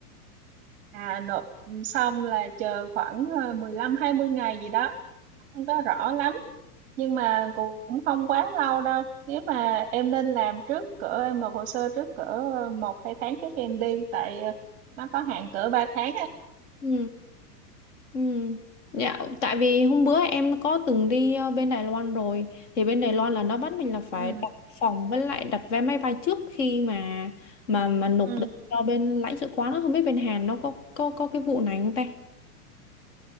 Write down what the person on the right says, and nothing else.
à nộp ừ, xong là chờ khoảng à, mười lăm hai mươi ngày gì đó không có rõ lắm nhưng mà cũng không quá lâu đâu nếu mà em nên làm trước cỡ em nộp hồ sơ trước cỡ ờ, một hai tháng trước khi em đi tại ờ, nó có hạn cỡ ba tháng á
ừ
ừ